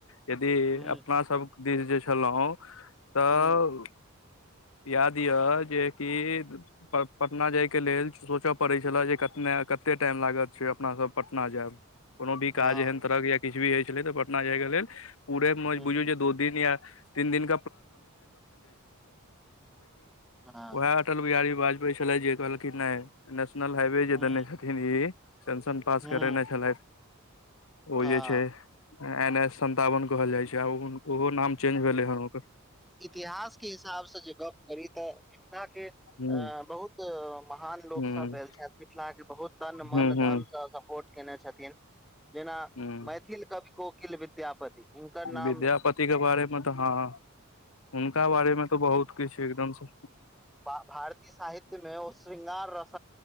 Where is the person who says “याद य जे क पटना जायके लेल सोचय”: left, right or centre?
Left